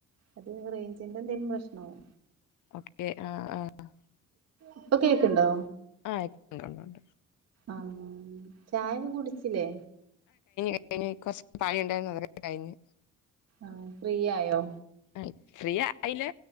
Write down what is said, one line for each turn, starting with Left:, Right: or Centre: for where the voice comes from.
Right: അത് റേഞ്ചിന്റെ എന്തേലും പ്രശ്നവോ
Left: ഓക്കെ ആഹ് ആഹ്
Right: ഇപ്പൊ കേക്കണ്ടോ
Left: ആഹക്കണ്ടുണ്ട്
Right: ആഹ് ചായക്കെകുടിച്ചില്ലേ
Left: അനി കുറ പാളിയുണ്ടായിരുന്നു അതക്കെ കഴിഞ്ഞു
Right: ആഹ് ഫ്രീ ആയോ
Left: ഇ ഫ്രീയില്ല